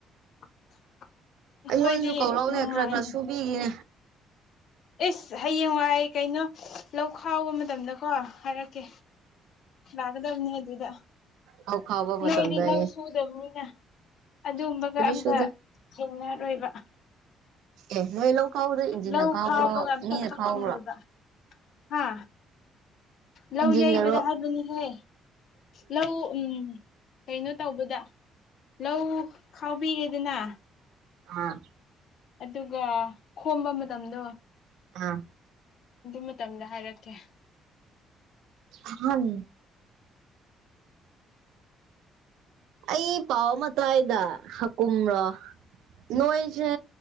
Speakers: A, on the left (about 55°); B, on the right (about 85°).
A: <inaudible> ꯑꯩꯈꯣꯏꯗꯤ
B: ꯑꯩꯉꯣꯟꯗꯁꯨ ꯀꯧꯔꯛꯎꯅꯦ
A: ꯅꯨꯡꯉꯥꯏꯅ
B: ꯈꯔ ꯈꯔ ꯁꯨꯕꯤꯒꯦ꯫
A: ꯑꯦꯁ ꯍꯌꯦꯡꯋꯥꯏ ꯀꯩꯅꯣ ꯂꯧ ꯈꯥꯎꯕ ꯃꯇꯝꯗꯀꯣ ꯍꯥꯏꯔꯀꯦ ꯂꯥꯛꯀꯗꯕꯅꯤ ꯑꯗꯨꯗ꯫
B: ꯂꯧ ꯈꯥꯎꯕ
A: ꯅꯣꯏꯗꯤ
B: ꯃꯇꯝꯗ
A: ꯂꯧ
B: ꯑꯩ
A: ꯁꯨꯗꯕꯅꯤꯅ꯫ ꯑꯗꯨꯒꯨꯝꯕꯒ
B: ꯑꯩꯈꯣꯏꯗꯤ
A: ꯑꯝꯇ
B: ꯁꯨꯗꯦ
A: ꯊꯦꯡꯅꯔꯣꯏꯕ꯫
B: ꯑꯦ ꯅꯣꯏ ꯂꯧ ꯈꯥꯎꯕꯗꯣ ꯏꯟꯖꯤꯟꯅ
A: ꯂꯧ
B: ꯈꯥꯎꯕ꯭ꯔꯣ
A: ꯈꯥꯎꯕꯒ ꯑꯝꯇ
B: ꯃꯤꯅ
A: ꯈꯪꯉꯝꯃꯣꯏꯕ
B: ꯈꯥꯎꯕ꯭ꯔꯣ
A: ꯍꯥ꯫ ꯂꯧ
B: ꯏꯟꯖꯤꯟꯅꯔꯣ
A: ꯌꯩꯕꯗ ꯍꯥꯏꯕꯅꯤꯍꯦ ꯂꯧ ꯎꯝ ꯀꯩꯅꯣ ꯇꯧꯕꯗ ꯂꯧ ꯈꯥꯎꯕꯤꯔꯦꯗꯅ
B: ꯍꯥꯥ
A: ꯑꯗꯨꯒ ꯈꯣꯝꯕ ꯃꯇꯝꯗꯣ
B: ꯑꯥ
A: ꯑꯗꯨ ꯃꯇꯝꯗ ꯍꯥꯏꯔꯛꯀꯦ
B: ꯑꯍꯝ ꯑꯩ ꯄꯥꯎ ꯑꯃ ꯇꯥꯏ ꯗ ꯍꯥꯀꯨꯝꯔꯣ ꯅꯣꯏꯁꯦ